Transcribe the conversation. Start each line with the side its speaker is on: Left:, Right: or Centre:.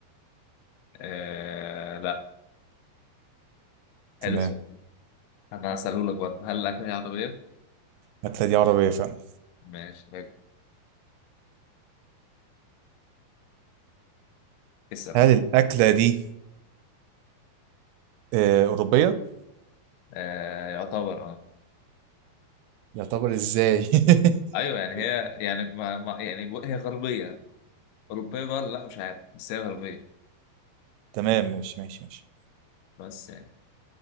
Left: آه لا
Right: تمام
Left: حلو السؤال. انا هسألهولك برضه هل الاكله دي عربيه
Right: الاكله دي عربيه فعلا
Left: ماشي حلو اسال
Right: هل
Left: انا
Right: الاكله دي آه، اوروبيه
Left: آه يعتبر اه
Right: يعتبر ازاي
Left: ايوه يعني هي
Right: <laughs>
Left: يعني ما ما يعني ب- هي غربيه اوروبيه بقى ولا لا مش عارف بس هي غربيه
Right: تمام ماشي ماشي ماشي
Left: بس يعني